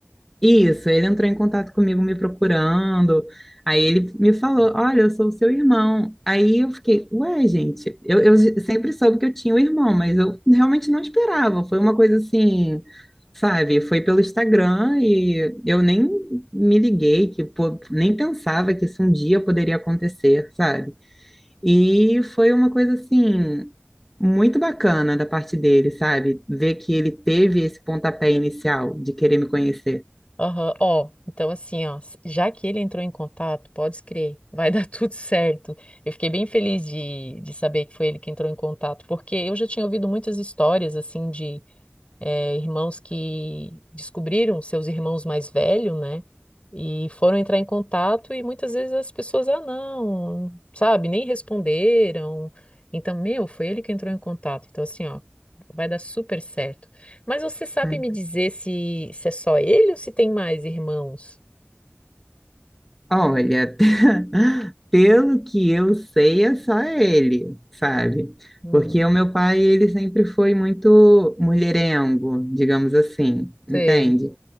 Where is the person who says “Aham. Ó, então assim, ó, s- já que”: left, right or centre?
Left